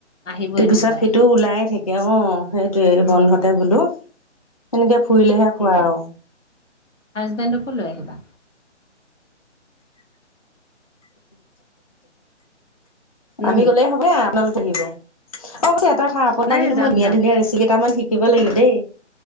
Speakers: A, on the left (about 85°); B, on the left (about 30°).
A: আহিবই
B: ইতোৰ পিছত
A: নোপোৱাই
B: সিটো ওলাই থাকে অ সেইটোৱে
A: উম
B: বন্ধতে বোলো সেনেকে ফুৰিলেহে
A: আহিবা
B: ফোৱা আৰু
A: হাজবেণ্ডকো লৈ আহিবা, উম
B: আমি গলেই হবয়ে আ আপোলোক আহিব অ এটা কথা আপোনাৰ
A: নাই
B: পৰা
A: নাই
B: কিন্তু
A: যাম
B: মই ধুনীয়া
A: যাম
B: ধুনীয়া ৰেচিপি কেইটামান শিক থাকিব লাগিব দেই